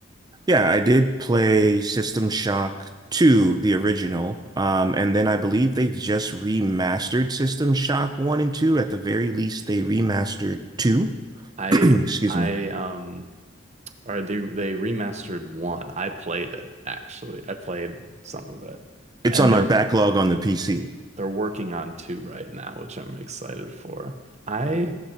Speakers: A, on the right; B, on the right.
A: Yeah, I did play System Shock 2, the original. Um, and then I believe they've just remastered System Shock 1 and 2. At the very least, they remastered 2. <clears throat>
B: I
A: Excuse
B: I
A: me.
B: um or they they remastered one. I played it actually. I played some of it,
A: It's
B: and
A: on
B: they're
A: my backlog on the PC.
B: they're working on two right now, which I'm excited for. I